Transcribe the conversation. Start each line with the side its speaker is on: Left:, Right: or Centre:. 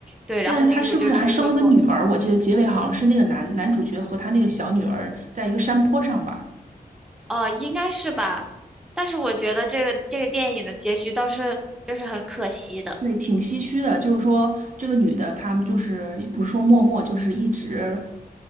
Centre: 对，
Right: 但是他是不是还生了个女儿？
Centre: 然后女主就出车祸，
Right: 我记得结尾好像是那个男男主角和他那个小女儿在一个山坡上吧。
Centre: 哦，应该是吧，但是我觉得这个这个电影的结局倒是就是很可惜的，
Right: 对，挺唏嘘的。就是说，这个女的，她就是不是说默默，就是一直